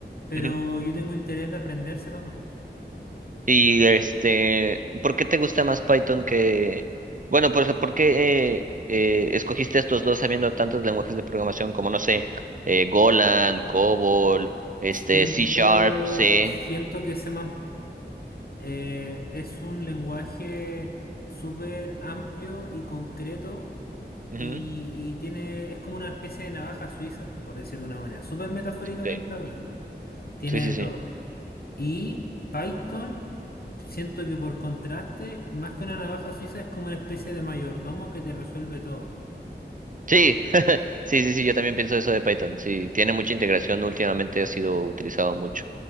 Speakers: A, on the left; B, on the right.
A: pero
B: Ujú.
A: yo tengo interés de aprender C++.
B: Y este, ¿por qué te gusta más Python que bueno, por ejemplo, ¿por qué eh, eh, escogiste estos dos sabiendo tantos lenguajes de programación como no sé, eh, Golang, COBOL, este
A: Siento,
B: C Sharp, C?
A: siento que C++ eh, es un lenguaje súper amplio y concreto
B: Ujú.
A: y, y tiene, es como una especie de navaja suiza, por decir de una manera, súper metafóricamente
B: Ok.
A: hablando. Tiene
B: Sí, sí,
A: de
B: sí.
A: todo. Y Python, siento que por contraste, más que una navaja suiza, es como una especie de mayordomo que te resuelve todo.
B: Sí, Sí, sí, sí, yo también pienso eso de Python. Sí, tiene mucha integración, últimamente ha sido utilizado mucho